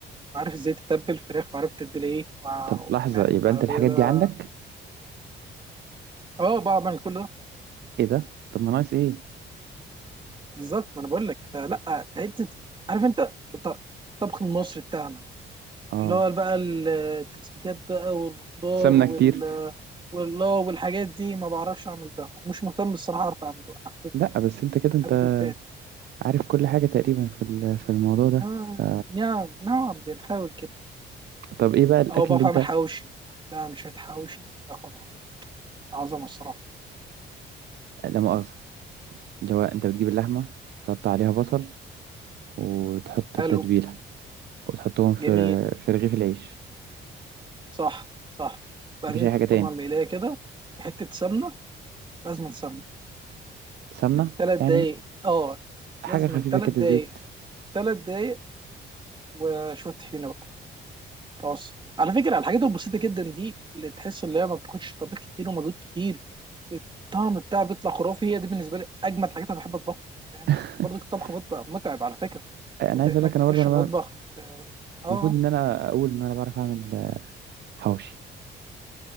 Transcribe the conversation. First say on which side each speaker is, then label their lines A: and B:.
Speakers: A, on the right (about 25°); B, on the right (about 60°).
A: وعارف ازاي تتبل فراخ وعارف تتبل ايه مع-
B: طب لحظة
A: فاهم
B: يبقى
A: فده
B: انت الحاجات
A: ده
B: دي عندك
A: اه بعمل كل ده
B: ايه ده طب ما ناقص ايه
A: بالظبط ما انا بقول لك فلا في حته عارف انت الط- الطبخ المصري بتاعنا
B: اه
A: اللي هو بقى التسبيكات بقى والخضار
B: سمنة
A: وال
B: كتير <laughs>
A: وال- والحاجات دي ما بعرفش اعمل ده ومش مهتم الصراحه اعرف اعمله انا حابب
B: لا بس انت كده انت
A: حابب الفئه دي
B: عارف كل حاجة تقريبا في ال- في الموضوع ده
A: آه،
B: ف...
A: نعم نعم بنحاول كده
B: طب ايه بقى الاكل
A: او بعرف
B: اللي انت
A: اعمل حواوشي لا مش شويه حواوشي يا خراب عظمه الصراحه
B: لا مؤاخذة اللي هو انت بتجيب اللحمة تقطع عليها بصل وتحط
A: حلو
B: التتبيلة وتحطهم في
A: جميل
B: في رغيف العيش
A: صح صح بعدين
B: مفيش اي
A: تحطهم
B: حاجة تاني
A: على المقلايه كده حته سمنه لازم سمنه
B: سمنة
A: ثلاث دقايق
B: يعني
A: اه
B: حاجة
A: لازم
B: خفيفة
A: ثلاث
B: كده
A: دقايق
B: زيت
A: ثلاث دقايق وشويه طحينه بص على فكرة الحاجات البسيطة جدا دي اللي تحس اللي هي ما بتاخدش طبيخ كتير ومجهود كتير الطعم بتاعها بيطلع خرافي هي دي بالنسبة لي أجمل حاجات أنا بحب أطبخها فاهم
B: <laughs>
A: لأن برضه الطبخ مطبخ متعب على فكرة
B: انا
A: يعني أنت
B: عايز
A: إنك
B: اقول لك انا
A: تخش
B: برضه انا
A: المطبخ
B: بقى-
A: آه آه
B: المفروض ان انا اقول ان انا بعرف اعمل آه، حواوشي